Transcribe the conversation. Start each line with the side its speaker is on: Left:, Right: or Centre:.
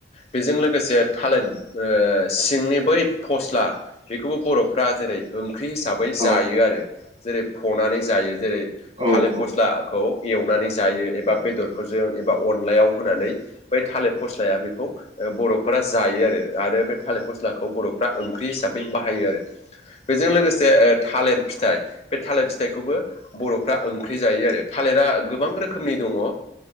Left: बेजों लोगोसे थालिर ओ सिंनि बै फ'स्ला बेखौबो बर'फ्रा जेरै ओं ख्रि हिसाबै जायो
Right: औ
Left: आरो जेरै फ'नानै जायो जेरै
Right: उम
Left: थालिर फ'स्लाखौ
Right: औ
Left: एवनानै जायो एबा बेदरफोरजों एबा अनलायाव होनानै बै थालिर फ'स्लाया बेखौ बर'फोरा जायो आरो आरो बे थालिर फ'स्लाखौ बर'फ्रा ओंख्रि हिसाबै बाहायो आरो बेजों लोगोसे ओ थालिर फिथाइ बे थालिर फिथाइ खौबो बर'फ्रा ओंख्रि जायो आरो थालिरा गोबां रोखोमनि दङ ओ